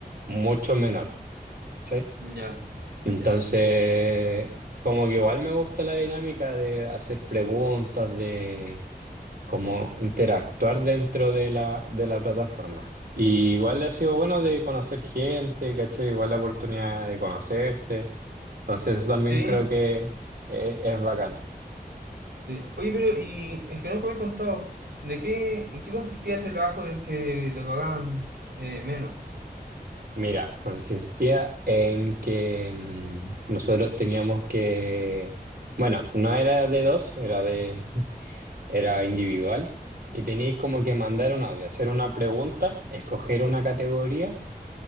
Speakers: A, on the right; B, on the right.
A: mucho menor, ¿sí?
B: Ya,
A: Entonces,
B: ya, ya.
A: como que igual me gusta la dinámica de hacer preguntas, de como interactuar dentro de la, de la plataforma. Y igual
B: ya.
A: ha sido bueno de conocer gente, ¿cachai? Igual la oportunidad de conocerte. Entonces, eso también
B: Sí,
A: creo que eh, es bacán.
B: Sí. Oye, pero y es que nunca me has contado, ¿de qué, en qué consistía ese trabajo del que te pagaban eh, menos?
A: Mira, consistía en que mm, nosotros teníamos que, bueno, no era de dos, era de, <laughs> era individual y teníais como que mandar un audio, hacer una pregunta, escoger una categoría